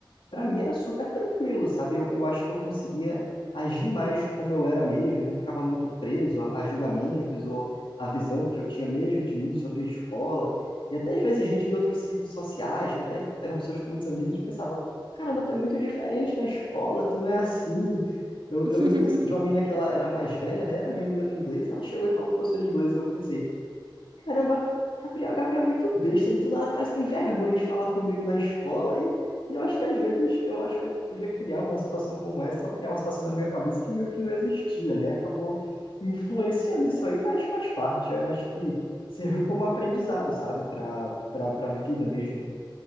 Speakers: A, on the left; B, on the right.
A: para
B: <laughs>
A: mim era super tranquilo, sabe? Eu, eu acho que eu conseguia agir mais como eu era mesmo, não ficava muito preso a, a julgamentos ou a visão que eu tinha mesmo de mim sobre a escola. E até às vezes gente de outros ciclos sociais, que até eram pessoas com muitos amigos, pensava: caramba, tu é muito diferente na escola, tu não é assim. Eu, eu lembro
B: Uhum.
A: de uma, de uma menina
B: <laughs>
A: que ela era mais velha, né? Era minha amiga no inglês, ela chegou e falou pro professor de inglês, eu pensei. Caramba, Gabriel, Gabriel é muito besta. Ele do nada parece que tem vergonha de falar comigo na escola. E, e eu acho que às vezes eu acho que eu podia criar uma situação como essa, ou criar uma situação na minha cabeça que meio que não existia, né? E acabou influenciando isso aí, mas faz parte. Eu acho que serviu como aprendizado, sabe? Para para vida mesmo.